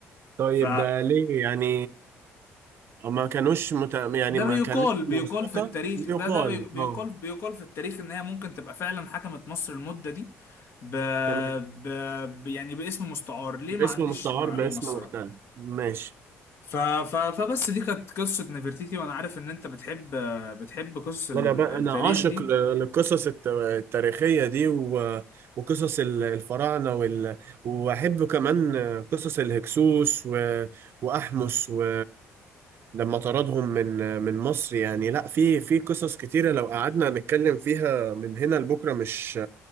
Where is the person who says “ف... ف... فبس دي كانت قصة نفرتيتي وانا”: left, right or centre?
Left